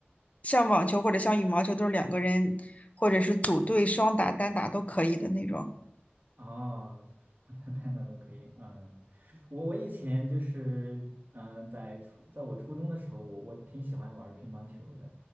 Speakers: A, on the left; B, on the right.
A: 像网球或者像羽毛球都是两个人或者是组队双打、单打都可以的那种。
B: 哦，那太难都可以，嗯，我我以前就是，嗯，在初在我初中的时候，我我挺喜欢玩乒乓球的，